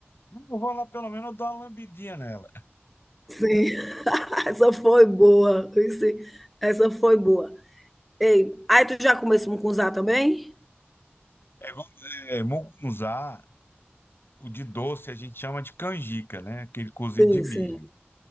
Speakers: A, on the left; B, in the centre.
A: Não, Eu vou lá pelo menos eu dou uma lambidinha nela.
B: Sim. <laughs> Essa foi boa. Esse- Essa foi boa. Ei, aí tu já começou a mucunzá também?
A: É igual é, mucunzá, o de doce a gente chama de canjica, né? Aquele cozido
B: Sim,
A: de milho.
B: sim.